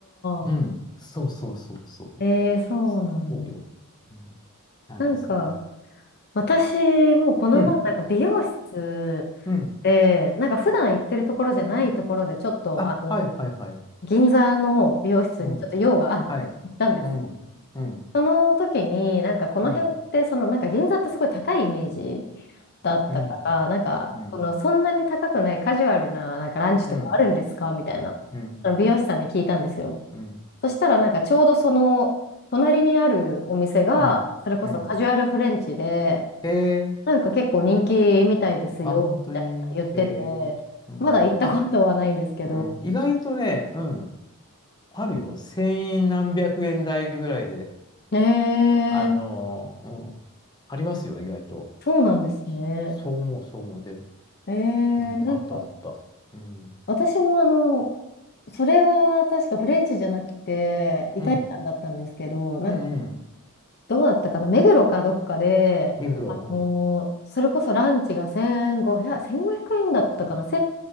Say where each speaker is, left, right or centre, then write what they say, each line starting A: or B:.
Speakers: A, on the left; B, on the left.
A: うん、
B: あ、
A: そうそうそうそう。
B: ええそうなんだ。
A: そうよ。うん、なんですね。
B: なんか、私もこの前、
A: うん、
B: なんか美容室
A: うん。
B: で、なんか普段行ってるところじゃないところで、ちょっと、
A: あ、
B: あの、
A: はいはいはい。
B: 銀座の美容室にちょっと用があって行ったんです。
A: うん、はい。うん、うん、
B: その時に、なんかこの辺って、
A: うん、
B: その、なんか銀座ってすごい高いイメージだったから、
A: うん、
B: なんか、
A: うん、
B: この、そんなに高くないカジュアルな、なんかランチとかあるんですかみたいな、
A: うん、うん、
B: あの美容師さんに聞いたんですよ。
A: うん、
B: そしたらなんかちょうどその隣にあるお店が、
A: うん。
B: それこそカジュアルフレンチで、
A: うんえー
B: なんか結構人気みたいですよって言ってて、
A: あ、本当に。えー、うん。
B: まだ行ったことはないんですけど。
A: あ、うん。意外とね、うん。あるよ。千円何百円台ぐらいで。
B: え
A: あのーうん。
B: ー、
A: ありますよ、意外と。
B: そうなんですね。
A: そう思う、そう思う。で、
B: え
A: うん。
B: ー、なんか
A: あったあった。うん。
B: 私もあの、それは確かフレンチじゃなくてイタリアンだったんですけど、
A: うん。うん、
B: なんか
A: うん。
B: どうだったかな、目黒かどっかで、
A: ミクロ。
B: あのーそれこそランチが1500、
A: う
B: 1500円だったかな、1